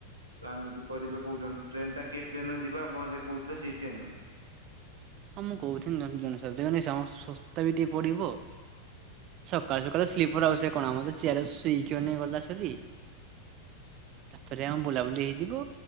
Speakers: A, on the right (about 80°); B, on the right (about 35°).
A: ପ୍ଲାନ୍ ଯଦି କରିବେ କହୁଛନ୍ତି ଟ୍ରେନଟା କିଏ ଟ୍ରେନରେ ଯିବା ଆପଣ ଯେ କହୁଥିଲେ ସେଇ ଟ୍ରେନରେ।
B: ହଁ ମୁଁ କହୁଥିଲି ଜ-ଜନ ସମ ଶସ୍ତା ବି ଟିକେ ପଡିବ। ସକାଳୁ ସକାଳୁ ସ୍ଲିପର ଆଉ ସେ କଣମର ତ ଚେୟାର ଶୋଇକିନ ଗଲା ସରି। ତାପରେ ଆମ ବୁଲାବୁଲି ହେଇଯିବ।